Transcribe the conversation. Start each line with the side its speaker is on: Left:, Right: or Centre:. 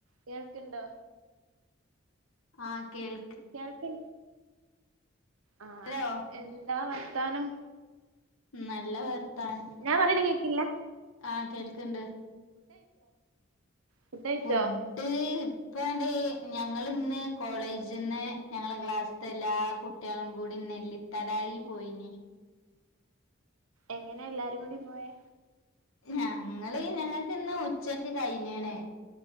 Right: കേൾക്ക്ണ്ടോ?
Left: ആഹ് കേൾ
Right: കേൾക്ക് ആഹ്
Left: ഹലോ
Right: എന്താ വർത്താനം.
Left: ഉം നല്ല വർത്താൻ
Right: ഞാൻ പറയ്ണ കേൾക്കില്ല?
Left: ആഹ് കേൾക്ക്ണ്ട്
Right: ഫുഡഴിച്ചോ
Left: ഫു ട് ഇപ്പാണ് ഞങ്ങളിന്ന് കോളേജ്ന്ന് ഞങ്ങള ക്ലാസ് ത്തെ എല്ലാ കുട്യാളും കൂടി നെല്ലിത്തടായി പോയീന്.
Right: എങ്ങനെ എല്ലാരും കൂടി പോയേ?
Left: ഞങ്ങള് ഞങ്ങക്ക്ന്ന് ഉച്ചക്ക് കയിഞ്ഞേണ്.